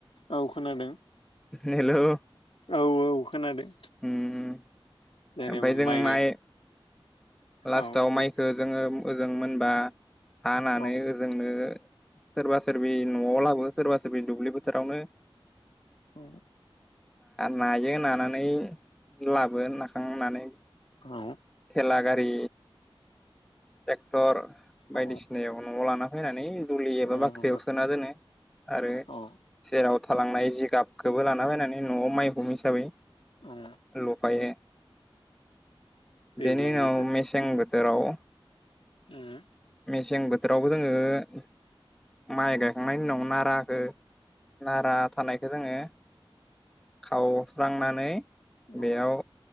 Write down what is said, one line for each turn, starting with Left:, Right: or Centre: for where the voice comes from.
Left: औ खोनादों।
Centre: हेलौ।
Left: औ औ खोनादों।
Centre: उम
Left: जेनेबा
Centre: ओमफ्राय जों
Left: गाय
Centre: माइ लास्टाव
Left: औ जे
Centre: माइखौ जोङो ओजों मोनबा हानानै
Left: औ
Centre: ओजोंनो सोरबा सोरबि न'आव लाबोयो सोरबा सोरबि दुब्लि फोथारावनो
Left: औ।
Centre: नायो नानानै लाबो नाखांनानै
Left: औ।
Centre: थेला गारि ट्रेक्टर
Left: औ
Centre: बायदिसिनायाव न'आव लाना फैनानै दुलि एबा
Left: औ नंगौ
Centre: बाख्रियाव सोना दोनो आरो
Left: औ
Centre: जेराव थालांनाय जिगाबखौबो लाना फैनानै न'आव माइ हुम हिसाबै
Left: औ
Centre: लुफायो।
Left: दैज्लां
Centre: बेनि उनाव
Left: बोथोर
Centre: मेसें बोथोराव
Left: ओम।
Centre: मेसें बोथोरावबो जोङो माइ गायखांनायनि उनाव नाराखो नारा थानायखौ जोङो खावस्रांनानै
Left: औ
Centre: बेयाव